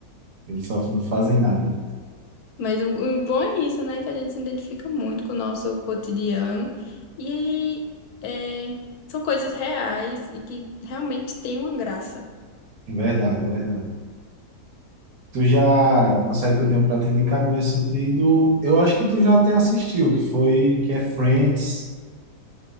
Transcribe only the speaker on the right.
Eles só não fazem nada.
Verdade, verdade. Tu já, uma série que eu tenho para te indicar no meu sentido, eu acho que tu já até assistiu, que foi, que é Friends.